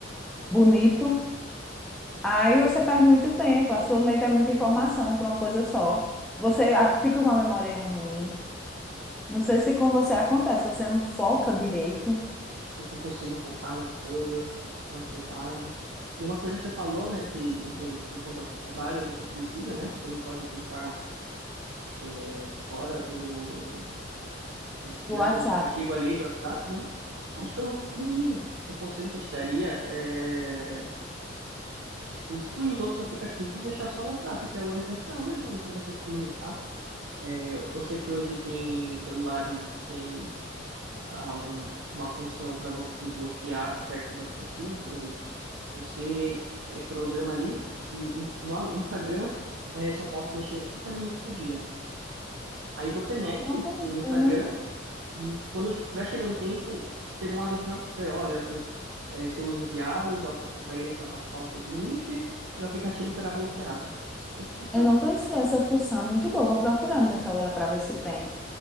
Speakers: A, in the centre; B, on the right.
A: bonito, Aí você perde muito tempo, a sua mente é muita informação para uma coisa só. Você ah, fica com a memória ruim. Não sei se com você acontece, você não foca direito
B: <laughs> Eu não consigo focar nas coisas, fico com ansiedade. E uma coisa que você falou, né, que, enfim, por conta do seu trabalho, você precisa, né, você não pode ficar é, fora do É, Você precisa
A: do WhatsApp.
B: ter um aplicativo ali do WhatsApp, né? Acho que eu não tinha um conselho que eu te daria é, tipo, excluir os outros aplicativos e deixar só o WhatsApp, que é o essencial mesmo ali para você se comunicar. Eu, eu sei que hoje tem celulares que tem ah, algum, uma função para você bloquear certos aplicativos, por exemplo, você é, programa ali, no, no Instagram, é, só posso mexer 30 minutos por dia. Aí você mexe,
A: Eu não,
B: tipo,
A: conhe-
B: no Instagram,
A: eu não,
B: E quando estiver chegando o tempo, chega um aviso para você, olha, seu, é, seu uso diário já ultra- vai ultrapassar o tempo limite e o aplicativo será bloqueado. É tipo, pronto,
A: eu não conhecia essa função, é muito boa. Vou procurar no meu celular para ver se tem.